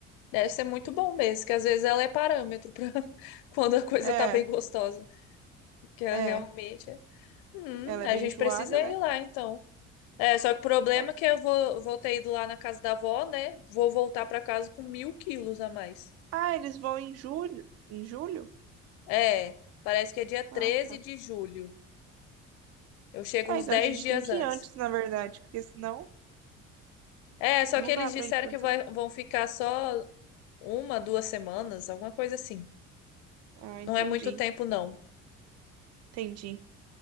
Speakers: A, on the left; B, on the right.
A: deve ser muito bom mesmo, que às vezes ela é parâmetro para <laughs> quando a coisa
B: É,
A: tá bem gostosa, que é
B: é.
A: realmente é. Hum,
B: Ela é
A: a
B: bem
A: gente
B: enjoada,
A: precisa
B: né?
A: ir lá então. É, só que o problema
B: É.
A: é que eu vou, vou ter ido lá na casa da avó, né? Vou voltar pra casa com mil quilos a mais.
B: Ah, eles vão em julho? Em julho?
A: É, parece que é dia treze
B: Ah, tá.
A: de julho. Eu chego
B: É,
A: uns
B: então
A: 10
B: a gente
A: dias
B: tem que
A: antes.
B: ir antes, na verdade, porque senão
A: É, só
B: não
A: que eles
B: dá
A: disseram
B: pra ir quando
A: que vai-
B: você voltar.
A: vão ficar só uma, duas semanas, alguma coisa assim.
B: Ah,
A: Não
B: entendi,
A: é muito tempo, não.
B: entendi.